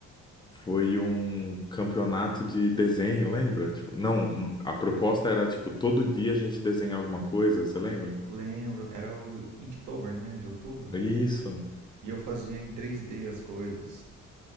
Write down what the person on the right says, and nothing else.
Lembro, era o Inktober, né? De outubro.
E eu fazia em 3D as coisas.